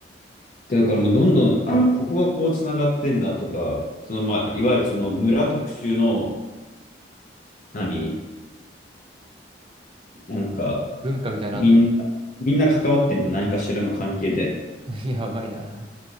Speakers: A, on the left; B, on the right.
A: でだからもうどんどん、あ、ここがこうつながってんだとか、そのまあ、いわゆるその村特集の、何なんか、
B: 文化みたいなのあんの
A: みんな、みんな関わってんの、何かしらの関係で。
B: <laughs> やばいな。